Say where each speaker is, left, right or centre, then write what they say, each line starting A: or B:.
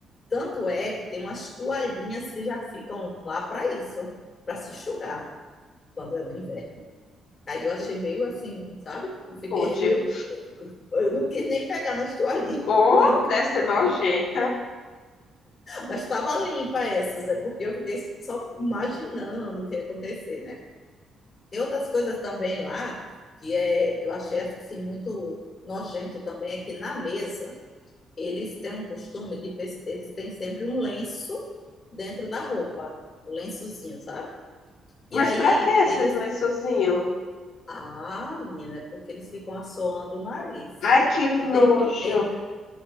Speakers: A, on the left (about 40°); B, on the left (about 80°).
A: tanto é que tem umas toalhinhas que já ficam lá para isso, para se enxugar quando é no inverno. Aí eu achei
B: Hum,
A: meio assim, sabe? Eu fiquei
B: Pode.
A: <laughs> meio. Eu não quis nem pegar nas toalhinhas.
B: Ou
A: <laughs>
B: deve ser nojenta.
A: Mas estava limpa essas, é porque eu fiquei só imaginando o que ia acontecer, né? Tem outras coisas também lá que, é, que eu achei assim muito nojento também, é que na mesa eles têm um costume de pes- eles têm sempre um lenço dentro da roupa, o lençozinho, sabe? E
B: Mas
A: aí
B: pra que esses
A: eles,
B: lençozinhos?
A: ah, menina, é porque eles ficam assoando o nariz
B: Ai, que
A: o
B: nojo.
A: tempo inteiro.